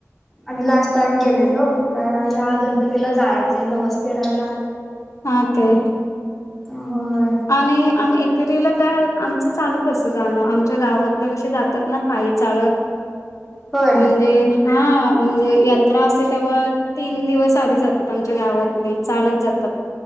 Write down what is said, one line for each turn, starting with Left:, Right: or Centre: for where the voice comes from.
Centre: आम्ही लास्ट टाईम गेलेलो का ह्या गणपतीला जायचंय नवस फेडायला
Left: हा काय
Centre: हा होय
Left: आणि आम्ही एकेरीला त्या आमचं चालूच असं जाणं आमच्या गावातले कशे जातात ना पाई चाळत
Centre: होय
Left: म्हणजे हा म्हणजे यात्रा असते तवा तीन दिवस आधी जातात आमच्या गावातली चालत जातात